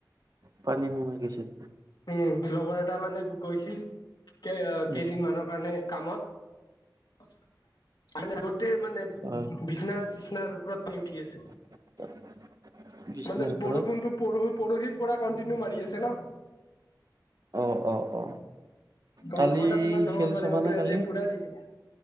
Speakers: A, on the right (about 55°); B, on the left (about 70°).
A: পানী সোমাই গৈছিল।
B: উম, লগৰ এটা মানে গৈছিল কেইদিনমানৰ
A: উম
B: কাৰণে কামত। <unintelligible> মানে গোটেই মানে
A: অ
B: বিছনা চিচনাৰ ওপৰত <unintelligible> উঠি আছে।
A: <inaudible> বিচনাৰ
B: মানে
A: পৰা
B: বৰষুণটো পৰহি পৰহিৰ পৰা কন্টিনিউ মাৰি আছে ন।
A: অ অ অ
B: তোমালোকৰ
A: কালি
B: তাত ইমান নহ'ব
A: খেল
B: পাৰে
A: চাবা
B: কিন্তু
A: নে
B: এয়াতে
A: কালি
B: পুৰা দিছে।